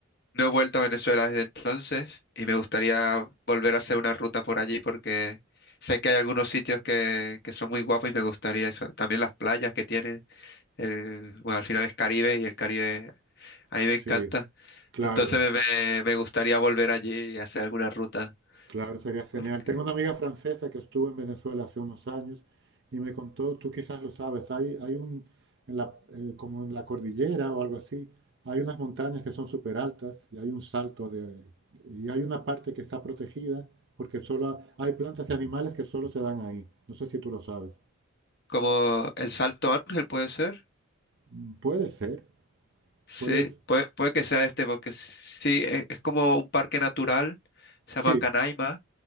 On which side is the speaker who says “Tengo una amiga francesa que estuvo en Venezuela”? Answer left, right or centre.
Right